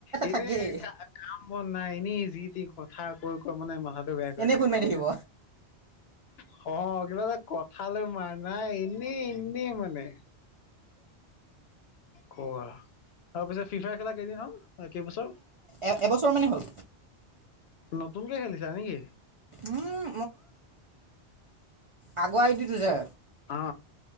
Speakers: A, on the left (about 70°); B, on the right (about 55°).
A: এনে
B: থাকেই
A: ক কাম বন নাই এনেই যি টি কথা কৈ মানে মাথাটো বেয়া কৰি
B: এনেই
A: থাকে
B: ফোন মাৰি
A: ন
B: থাকিব
A: মানে। হ কিবা এটা কথালৈ মাৰ নাই এনেই এনেই মানে। ক তাৰ পিছত ফিফাই খেলা কেইদিন হল, কেইবছৰ?
B: এ এবছৰ মানেই হ'ল।
A: নতুনকে খেলিছা নেকি?
B: উম আই আই দি তো যে,
A: অ